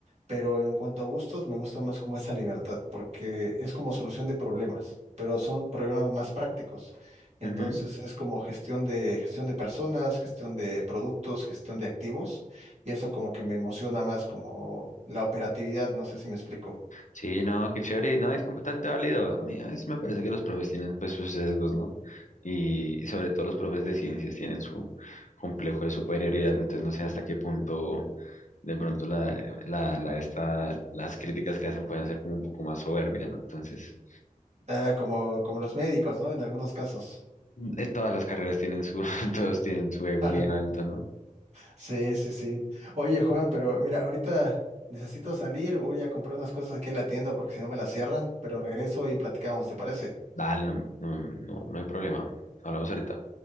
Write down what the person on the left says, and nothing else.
ujú.
Sí, no, qué chévere, no, es completamente válido. A mí a veces me parece que los profes tienen pues sus sesgos, ¿no? Y, y sobre todo los profes de ciencias tienen su complejo de superioridad, entonces no sé hasta qué punto de pronto la, la, la esta, las críticas que hacen pueden ser como un poco más soberbia, ¿no? Entonces,
eh, todas las carreras tienen su, <laughs> todos tienen su ego
bien alto, ¿no?
Dale, no, no, no, no hay problema. Hablamos ahorita.